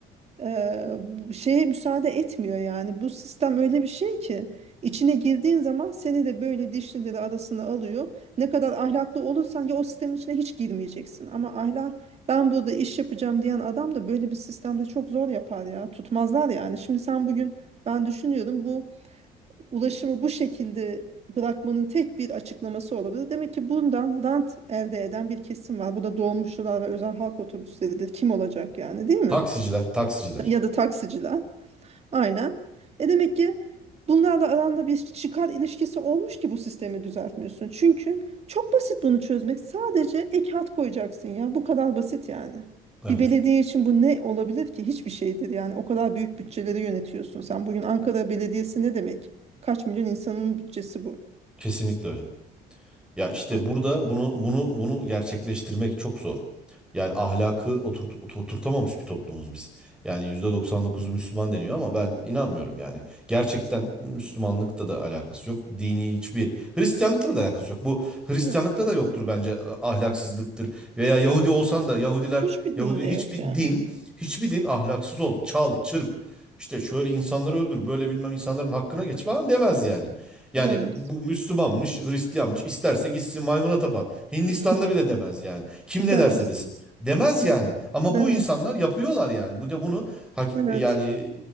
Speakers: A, on the right; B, in the centre.
A: eee, bu şeye müsaade etmiyor yani. Bu sistem öyle bir şey ki içine girdiğin zaman seni de böyle dişlileri arasına alıyor. Ne kadar ahlaklı olursan ya o sistemin içine hiç girmeyeceksin. Ama ahlak ben burada iş yapacağım diyen adam da böyle bir sistemde çok zor yapar ya. Tutmazlar yani. Şimdi sen bugün ben düşünüyorum bu ulaşımı bu şekilde bırakmanın tek bir açıklaması olabilir. Demek ki bundan rant elde eden bir kesim var. Bu da dolmuşçular ve özel halk otobüsleridir. Kim olacak yani değil mi?
B: Taksiciler, taksiciler.
A: Ya da taksiciler. Aynen. E demek ki bunlarla aranda bir çıkar ilişkisi olmuş ki bu sistemi düzeltmiyorsun. Çünkü çok basit bunu çözmek. Sadece ek hat koyacaksın ya. Bu kadar basit yani.
B: Evet.
A: Bir belediye için bu ne olabilir ki? Hiçbir şeydir yani. O kadar büyük bütçeleri yönetiyorsun sen. Bugün Ankara Belediyesi ne demek? Kaç milyon insanın bütçesi bu?
B: Kesinlikle öyle. Ya işte
A: Aa,
B: burada bunu bunu bunu gerçekleştirmek çok zor. Yani ahlakı oturt, ot- oturtamamış bir toplumuz biz. Yani %99'u Müslüman deniyor ama ben inanmıyorum yani. Gerçekten Müslümanlıkta da alakası yok. Dini hiçbir Hristiyanlıkla da alakası yok. Bu Hristiyanlıkta
A: yok.
B: da yoktur bence e, ahlaksızlıktır. Veya Yahudi olsan da Yahudiler,
A: Hiçbir
B: Yahudi
A: dinde yok
B: hiçbir
A: yani.
B: din, hiçbir din ahlaksız ol, çal, çırp. işte şöyle insanları öldür, böyle bilmem insanların hakkına geç falan demez yani. Yani
A: Demez.
B: bu Müslümanmış, Hristiyanmış, isterse gitsin maymuna tapan. Hindistan'da
A: <laughs>
B: bile demez yani. Kim
A: Demez.
B: ne derse desin. Demez yani. Ama
A: Demez.
B: bu insanlar yapıyorlar yani. Bu da bunu hak-
A: Evet.
B: yani e,